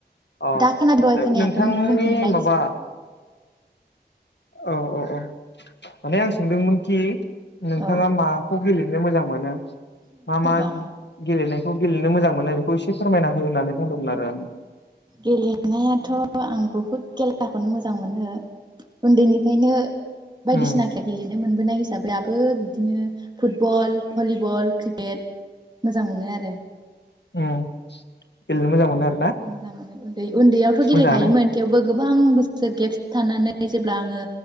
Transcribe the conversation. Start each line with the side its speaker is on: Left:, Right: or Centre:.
Left: अ
Right: दा खोनादों दहाय खोनायाखैमोन
Left: नोंथांनि
Right: बुंफिनलाय
Left: माबा औ औ औ माने आं सोंदोंमोनखि नोंथाङा
Right: औ
Left: माखौ गेलेनो मोजां मोनो मा मा
Right: औ
Left: गेलेनायखौ खौ गेलेनो मोजा बेखौ ए फोरमायना हो होननानै बुंदोंमोन आरो आं
Right: गेलेनायाथ' आं बहुद खेलाखौनो मोजां मोनो उन्दैनिफ्रायनो बायदिसिना
Left: उम
Right: खेला गेलेनो मोनो मोनबोनाय हिसाबै दाबो बिदिनो फुटबल भलिबल क्रिकेट मोजां मोनो आरो
Left: उम गेलेनो मोजां मोनो आरो
Right: मोजां उन्दै उन्दैयावथ' गेलेखायोमोन
Left: मोजाङानो
Right: थेवबो गोबां बोसोर गेब्स थानानै जेब्ला आङो